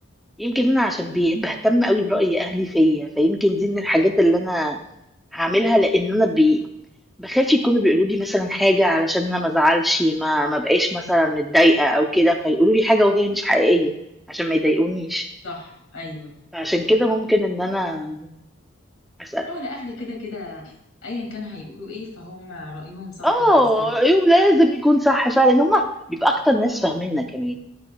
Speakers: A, in the centre; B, on the left (about 85°).
A: يمكن انا عشان بي- بهتم قوي برأي اهلي فيا فيمكن دي من الحاجات اللي انا هعملها لان انا بي بخاف يكونوا بيقولوا لي مثلا حاجة علشان انا ما ازعلش ما ما بقاش مثلا متضايقة او كده فيقولوا لي حاجة وهي مش حقيقية عشان ما يضايقونيش
B: صح ايوه
A: فعشان كده ممكن ان انا اسأل
B: هو لا اهلي كده كده ايا كان هيقولوا ايه فهم رايهم صح
A: اه
B: بالنسبه لي
A: ايوه لازم يكون صح فعلا هم بيبقى اكتر ناس فاهميننا كمان